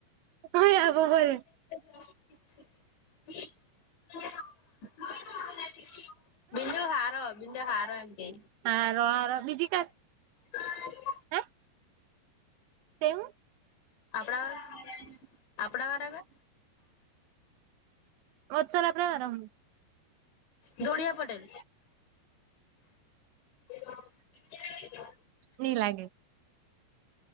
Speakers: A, on the right (about 85°); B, on the left (about 85°).
A: ક આવ બો હોલ.
B: <unintelligible> બિંદુ હારો, બિંદુ હારો એમ કે.
A: હ ર બીજી ક. <unintelligible>
B: હ.
A: હા. તેવું.
B: આપણા વા આપણા વાળગ.
A: વોત્સલ પ્ર વારા.
B: જોડિયા પટેલ. <unintelligible>
A: ની લાગે.